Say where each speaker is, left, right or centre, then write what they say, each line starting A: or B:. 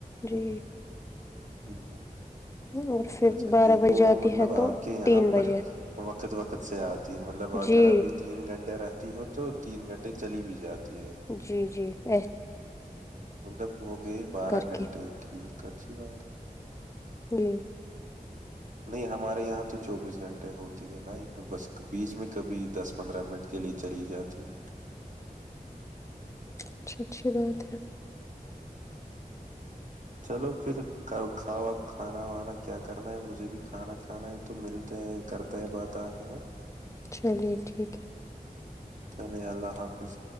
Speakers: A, on the left; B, on the right.
A: جی
B: ہ ہ
A: اور پھر
B: اچھا
A: بارہ
B: ٹھیک
A: بجے
B: وہ
A: جاتی
B: مطلب
A: ہے
B: آپ
A: تو
B: کے یہاں
A: تین بجے
B: پر وقت وقت سے آتی مطلب اگر
A: جی
B: ابھی تین گھنٹے رہتی ہو تو تین گھنٹے چلی بھی جاتی ہے
A: جی جی ای
B: مطلب ہو گئے بارہ
A: کر
B: گھنٹے
A: کے
B: ٹھیک اچھی بات ہے
A: جی <unintelligible>
B: نہیں ہمارے یہاں تو چوبیس گھنٹے ہوتی ہے لائٹ بس بیچ میں کبھی دس پندرہ منٹ کے لیے چلی جاتی ہے
A: اچا اچھی بات ہے
B: چلو پھر کھاؤ آپ کھانا وانا کیا کرنا ہے مجھے بھی کھانا کھانا ہے تو ملتے ہیں کرتا ہے بات آ کے یہاں
A: چلیے ٹھیک ہے
B: چلے اللہ حافظ